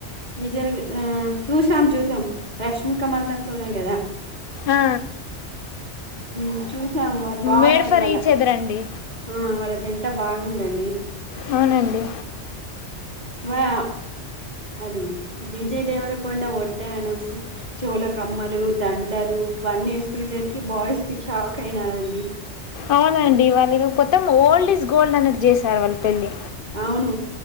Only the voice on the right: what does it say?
విజయ రాకు ఆ చూసాం చూసాం రష్మిక మందన తోనే గదా
ఉ చూసాము వాళ్ళు బాగు
ఉన్నరు
వాళ్ళ
ఆ వాళ్ళ జన్ అంత బాగుందండి
వా అది విజయ దేవరకొండ ఒడ్డానం చోలకమ్మలు దండలు ఇవన్నీ వేసుకునేసరికి బాయ్స్ కి షాక్ అయిన నండి
అవును